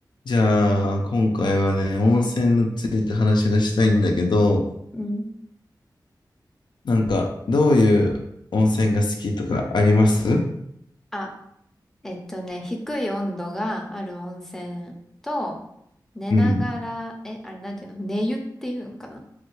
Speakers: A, on the left (about 80°); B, in the centre.
A: じゃあ、今回はね、温泉について話がしたいんだけど、
B: うん。
A: なんか、どういう温泉が好きとかあります
B: あ、えっとね、低い温度がある温泉と、寝ながら、
A: うん、
B: え、あれなんていうの寝湯っていうんかな